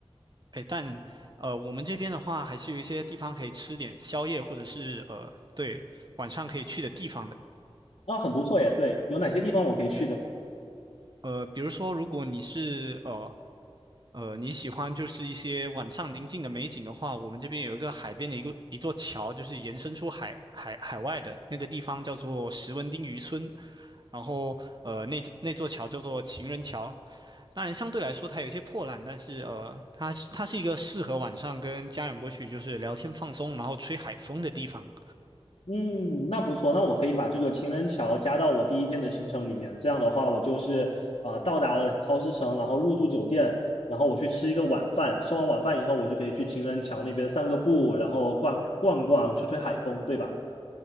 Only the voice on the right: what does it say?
哎，但呃，我们这边的话，还是有一些地方可以吃点宵夜，或者是呃，对，晚上可以去的地方的。
是呃，比如说，如果你是呃呃你喜欢就是一些晚上宁静的美景的话，我们这边有一个海边的一个一座桥，就是延伸出海海海外的那个地方叫做石文町渔村，然后呃那那座桥叫做情人桥，当然，相对来说它有一些破烂，但是呃，它它是一个适合晚上跟家人过去就是聊天放松，然后吹海风的地方。